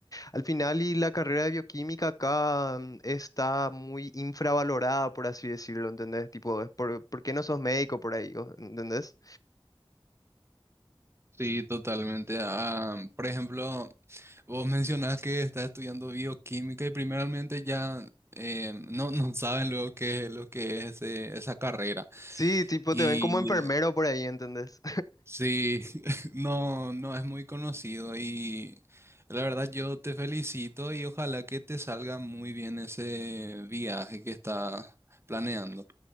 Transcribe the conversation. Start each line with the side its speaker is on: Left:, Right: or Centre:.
Left: al final, y la carrera de bioquímica acá mm, está muy infravalorada, por así decirlo, ¿entendés? Tipo, es por, ¿por qué no sos médico por ahí? o- ¿Entendés?
Right: Sí, totalmente. Ah, por ejemplo, vos mencionás que estás estudiando bioquímica y primeramente ya eh, no, no saben luego qué es lo que es eh, esa carrera.
Left: Sí, tipo,
Right: Y
Left: te ven como enfermero por ahí, ¿entendés?
Right: Sí, <laughs> no, no es muy conocido y la verdad yo te felicito y ojalá que te salga muy bien ese viaje que estás planeando.